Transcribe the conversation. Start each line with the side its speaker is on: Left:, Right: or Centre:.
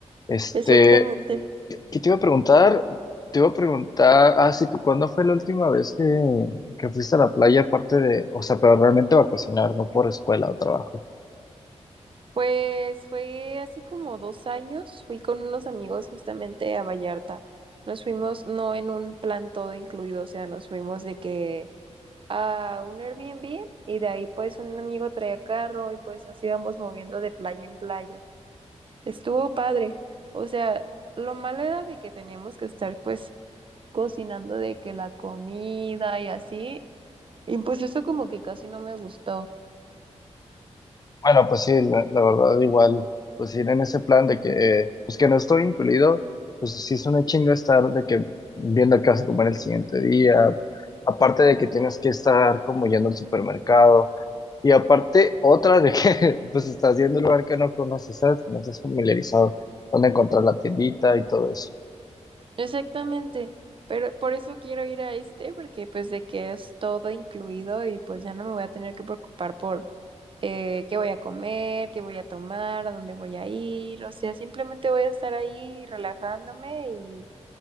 Left: Este,
Right: Exactamente.
Left: ¿qué te iba a preguntar? Te iba a preguntar, ah, sí, que ¿cuándo fue la última vez que, que fuiste a la playa aparte de, o sea, pero realmente va a cocinar, no por escuela o trabajo?
Right: Pues fue hace como dos años, fui con unos amigos justamente a Vallarta. Nos fuimos no en un plan todo incluido, o sea, nos fuimos de que a un Airbnb y de ahí pues un amigo traía carro y pues nos íbamos moviendo de playa en playa. Estuvo padre. O sea, lo malo era de que teníamos que estar pues cocinando de que la comida y así. Y pues eso como que casi no me gustó.
Left: Bueno, pues sí, la, la verdad igual, pues ir en ese plan de que, eh, pues que no estoy incluido, pues sí es una chinga estar de que viendo qué vas a comer el siguiente día, aparte de que tienes que estar como yendo al supermercado, y aparte otra de que <laughs> pues estás yendo a un lugar que no conoces, ¿sabes? Que no estás familiarizado, dónde encontrar la tiendita y todo eso.
Right: Exactamente. Pero por eso quiero ir a este porque pues de que es todo incluido y pues ya no me voy a tener que preocupar por eh, qué voy a comer, qué voy a tomar, a dónde voy a ir, o sea, simplemente voy a estar ahí relajándome y